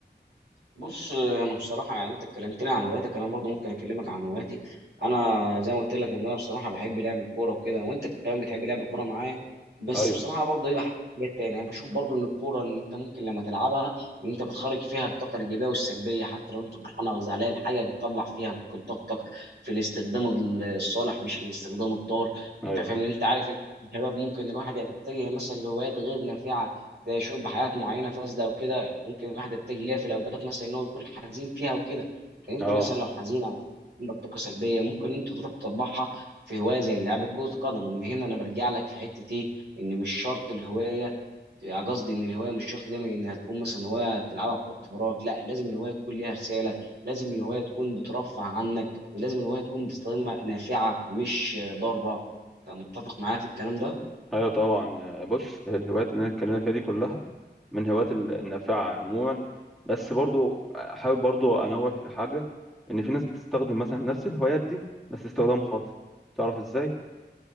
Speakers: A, on the right; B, in the centre.
A: بص انا بصراحه يعني انت اتكلمتني عن هواياتك انا برضه ممكن اكلمك عن هواياتي انا زي ما قلت لك ان انا بصراحه بحب لعب الكوره وكده وانت كمان بتحب لعب الكوره معايا بس
B: ايوه
A: بصراحه انا برضه ايه بحب حاجات تانية يعني بشوف برضه ان الكوره ان انت ممكن لما تلعبها ان انت بتخرج فيها الطاقه الايجابيه والسلبيه حتى لو انت فرحان او زعلان حاجه بتطلع فيها ممكن طاقتك في الاستخدام الصالح مش الاستخدام الضار
B: ايوه
A: انت فاهم ان انت عارف ان الشباب ممكن الواحد يتجه مثلا لهوايات غير نافعه زي شرب حاجات معينه فاسده وكده ممكن الواحد يتجه ليها في الاوقات مثلا ان هو يكون حزين فيها وكده لكن انت
B: اه
A: مثلا لو حزين او عندك طاقه سلبيه ممكن انت تروح تطبعها في هوايه زي لعب كره قدم ومن هنا انا برجع لك في حته ايه ان مش شرط الهوايه آه، قصدي ان الهوايه مش شرط دايما انها تكون مثلا هوايه تلعبها في وقت فراغ لا لازم الهوايه تكون ليها رساله لازم الهوايه تكون بترفع عنك ولازم الهوايه تكون بتستخدمها نافعه مش ضاره فمتفق معايا في الكلام ده
B: ايوه طبعا يا- بص الهوايات اللي انا اتكلمنا فيها دي كلها من الهوايات ال- النافعه عموما بس برضو حابب برضو انوه في حاجه ان في ناس بتستخدم مثلا نفس الهوايات دي بس استخدام خاطئ تعرف ازاي